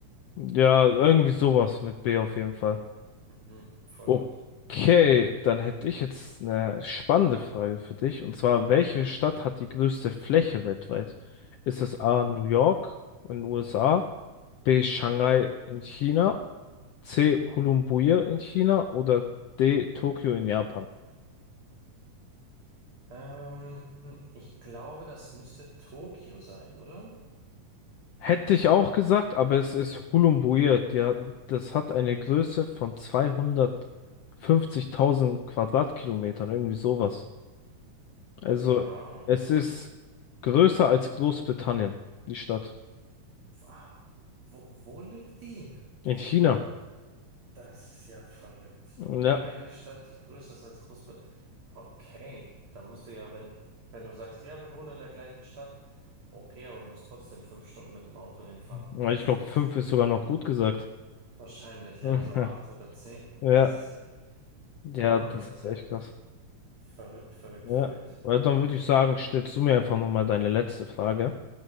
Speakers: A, on the left (about 80°); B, on the right (about 45°).
A: Ja, irgendwie sowas mit B auf jeden Fall.
B: Mhm, voll
A: Okay,
B: gut.
A: dann hätte ich jetzt eine spannende Frage für dich. Und zwar, welche Stadt hat die größte Fläche weltweit? Ist es A, New York in den USA, B, Shanghai in China, C, Ulumbui in China oder D, Tokio in Japan?
B: Ähm, ich glaube, das müsste Tokio sein, oder?
A: Hätte ich auch gesagt, aber es ist Hulumbuir. Die, hat- das hat eine Größe von 250.000 Quadratkilometern, irgendwie sowas. Also
B: Wow.
A: es ist größer als Großbritannien, die Stadt.
B: Wa- Wo, wo liegt die?
A: In China.
B: Das ist ja verrückt.
A: Ja,
B: Eine Stadt, die größer ist als Großbritannien. Okay, da musst du ja, wenn, wenn du sagst, ja, wir wohnen in der gleichen Stadt, okay, aber musst trotzdem fünf Stunden mit dem Auto hinfahren.
A: Ja,
B: <laughs>
A: ich glaube, fünf
B: Das,
A: ist sogar noch gut gesagt.
B: wahrscheinlich, ja,
A: <laughs>
B: so acht oder zehn.
A: Ja,
B: Das ist ja,
A: ja,
B: wow,
A: das
B: das ist
A: ist
B: ja.
A: echt krass.
B: Verrückt, verrückt,
A: Ja,
B: verrückt.
A: weil dann würde ich sagen, stellst du mir einfach nochmal deine letzte Frage.